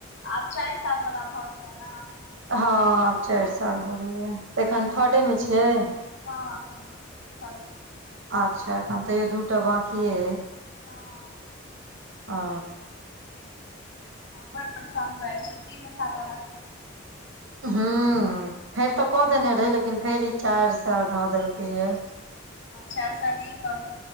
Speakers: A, on the left (about 60°); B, on the right (about 70°).
A: आब चारि साल वला भऽ गेलै नऽ। <unintelligible>
B: हँ आब चारि साल हो गेलया त एखन थडे मे छियै। <unintelligible>
A: हँअखन एकबेर थर्ड। <unintelligible>
B: अच्छा एखन तैयो दूटा बाकि ये।
A: हँ
B: आ।
A: बड़ परेशान भए जाइ छै तीने साल वालला।
B: हूं फेर तऽ कऽ देने रहे लेकिन फेर ई चारि साल ध देलकै ये।
A: चारि साल ई करू